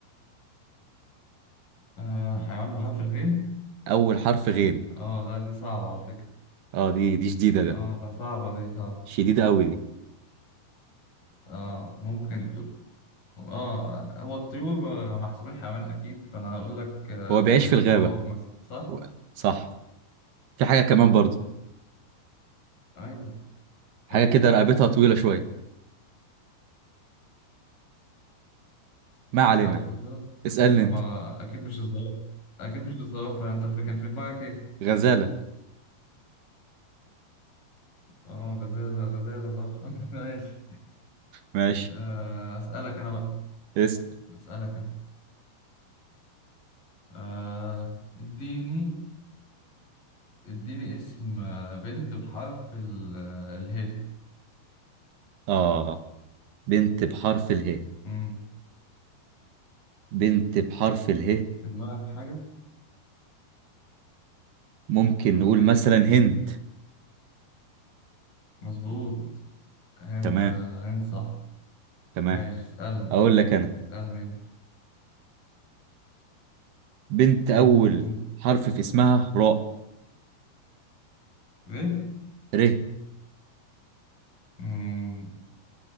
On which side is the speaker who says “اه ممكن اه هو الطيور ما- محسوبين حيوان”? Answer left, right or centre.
Left